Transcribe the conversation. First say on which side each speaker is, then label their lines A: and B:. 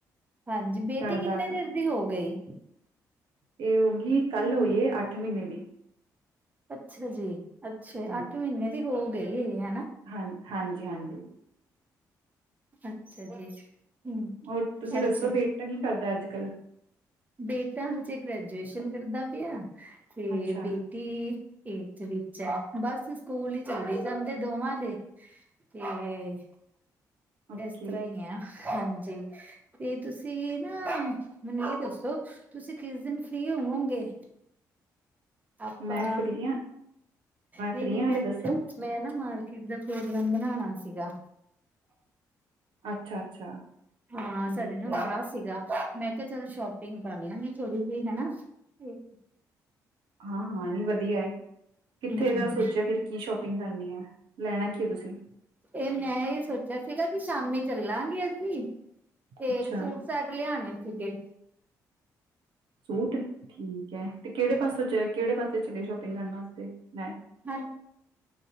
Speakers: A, on the right; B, on the right.
A: ਹਾਂਜੀ ਬੇਟੀ
B: ਘਰ
A: ਕਿੰਨੇ
B: ਦਾ
A: ਚੀਰ ਦੀ ਹੋ ਗਈ?
B: ਇਹ ਹੋਗੀ ਕੱਲ ਹੋਈ ਏ ਅੱਠ ਮਹੀਨੇ ਦੀ।
A: ਅੱਛਾ ਜੀ, ਅੱਛਾ
B: ਹਾਂ
A: ਅੱਠ ਮਹੀਨੇ ਦੀ ਹੋ ਗਈ ਈ ਹੈਨਾ।
B: ਹਾਂ, ਹਂਜ, ਹਂਜੀ।
A: ਅੱਛਾ ਜੀ। ਹੂੰ,
B: ਹੋਰ ਤੁਸੀਂ
A: ਅੱਛਾ
B: ਦੱਸੋ ਬੇਟਾ ਕੀ ਕਰਦਾ ਅੱਜ ਕੱਲ੍ਹ,।
A: ਬੇਟਾ ਹਜੇ ਗ੍ਰੈਜੂਏਸ਼ਨ ਕਰਦਾ ਪਿਆ ਤੇ
B: ਅੱਛਾ
A: ਬੇ- ਟੀ ਈ ਥੇ ਚੈ ਬੱਸ ਸਕੂਲ ਈ ਚੱਲੀ ਜਾਂਦੇ ਦੋਵਾਂ ਦੇ ਏ।
B: ਓਕੇ
A: ਏਸ ਤਰ੍ਹਾਂਈ ਐ ਹਂਜੀ, ਏ ਤੁਸੀਂ ਨਾ ਮੈਨੂੰ ਦਸੋ। ਸੋ ਤੁਸੀ ਕਿਸ ਦਿਨ ਫ੍ਰਰੀ ਹੋਵੋਂਗੇ। ਆਪਾਪਾ,
B: ਮੈਂ ਫ੍ਰੀ ਹਾਂ
A: ਨੀਨੀ
B: ਫ੍ਰੀ ਹਾਂ
A: ਮੈਂ
B: ਹਲੇ ਦੱਸੋ
A: ਮੈਂ ਨਾ ਮਾਰਕੀਟ ਦਾ ਪ੍ਰੋਗਰਾਮ ਬਨਾਨਾ ਸੀਗਾ।
B: ਅੱਛਾ ਅੱਛਾ
A: ਹਾਂ
B: ਠੀਕ
A: ਸਾਡੇ ਨਾ
B: ਹੈ
A: ਪਾਸ ਸੀਗਾ। ਮੈਂ ਕਿਆ ਚਲ ਸੌ਼ਪਿੰਗ ਕਰਲਾਂਗੀ ਥੋੜੀ ਜਿਹੀ ਹੈਨਾ ਤੇ।
B: ਹਾਂ, ਹਾਂ ਨੀ ਵਧੀਆ ਏ
A: ਇਹ
B: ਕਿੱਥੇ ਦਾ ਸੋਚਿਆ। ਫਿਰ ਕੀ ਸੌ਼ਪਿੰਗ ਕਰਨੀਐ ਲੈਨਾ ਕੀਅ ਤੁਸੀਂ।
A: ਏ ਮੈਂ ਏ ਸੋਚਿਆ ਸੀਗਾ ਕੀ ਸ਼ਾਮੀ ਚੱਲਾਂਗੇ। ਅਸੀਂ ਤੇ
B: ਅੱਛਾ
A: ਸੂਟ ਸੈਟ ਲਿਆਨੇ ਸੀਗੇ।
B: ਸੂਟ ਠੀਕ ਐ, ਤੇ ਕੇੜੇ ਪਾਸੋ ਚ ਕੇੜੇ ਪਾਸੇ ਚਲੇ ਸ਼ੋਪਿੰਗ ਕਰਨ ਵਾਸਤੇ। ਮੈਂ
A: ਹਂਜੀ,